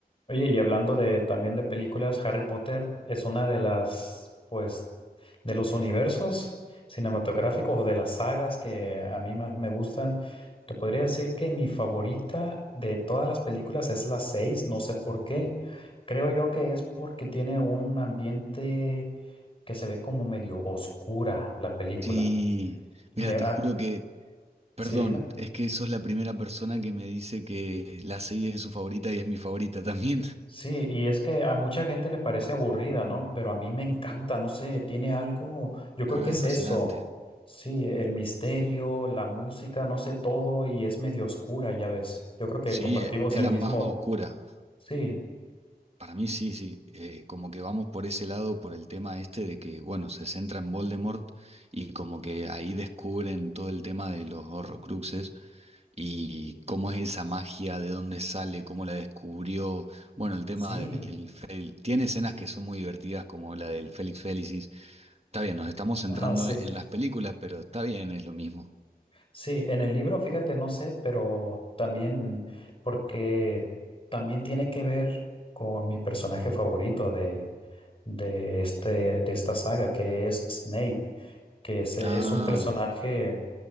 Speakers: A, on the left; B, on the right.
A: Oye, y hablando de también de películas, Harry Potter es una de las, pues, de los universos cinematográficos o de las sagas que a mí más me gustan. Te podría decir que mi favorita de todas las películas es la 6. no sé por qué. Creo yo que es porque tiene un ambiente que se ve como medio oscura la película.
B: Sí, mira,
A: Me, ah,
B: te juro que, perdón,
A: sí, dime.
B: es que sos la primera persona que me dice que la serie es su favorita y es mi favorita también.
A: Sí, y es que a mucha gente le parece aburrida, ¿no? Pero a mí me encanta, no sé, tiene algo,
B: <laughs>
A: yo creo
B: Nada,
A: que es
B: es fascinante.
A: eso, sí, el misterio, la música, no sé, todo, y es medio oscura, ya ves. Yo creo que
B: Sí,
A: compartimos
B: es
A: el
B: la
A: mismo,
B: más oscura.
A: sí,
B: Para mí sí, sí, eh, como que vamos por ese lado, por el tema este de que, bueno, se centra en Voldemort y como que ahí descubren todo el tema de los Horrocruxes y cómo es esa magia, de dónde sale, cómo la descubrió, bueno, el tema
A: sí,
B: del... fel- Tiene escenas que son muy divertidas como la del Félix Felicis. Está bien, nos estamos centrando
A: <laughs> ah, sí,
B: en las películas, pero está bien, es lo mismo.
A: sí, en el libro, fíjate, no sé, pero también, porque también tiene que ver con mi personaje favorito de, de, este, de esta saga, que es Snape. que es, es
B: Ah,
A: un personaje